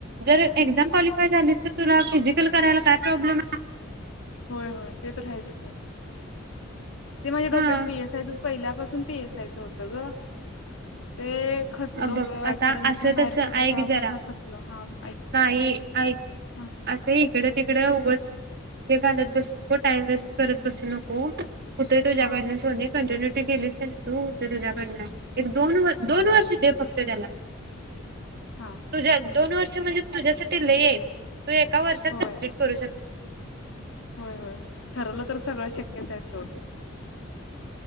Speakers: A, on the right (about 50°); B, on the left (about 65°).
A: जर एक्झाम झालस तुला फिजिकल करायला काय प्रॉब्लेम आहे
B: होय होय ते तर राच ते म्हणजे
A: आहे
B: डोक्यात पीस आय पहि पासून पेसय होतं ग ते खचलो
A: अ बघ
B: ग
A: आता
B: अकॅडमीतन
A: असं
B: बाहेर
A: तस ऐक
B: पडलो तेव्हापासून
A: जरा
B: खचलो हा ऐक
A: नाही ऐक
B: हा
A: असं इकड तिकड उगच घा बसून टाइम वेस्ट करत बसू नको हो कुठं आहे तुझ्याकडनं
B: हा
A: सोने कंटिन्युट केली तू हो तुझ्याकडन एक दोन व
B: हा
A: दोन वर्ष फक्त त्याला
B: हा
A: तुझ्या दोन वर्ष म्हणजे तुझ्यासाठी ल क शक्िट
B: होय
A: करू शकत
B: होय होय ठरलं तर सगळं शक्यच आहे सोड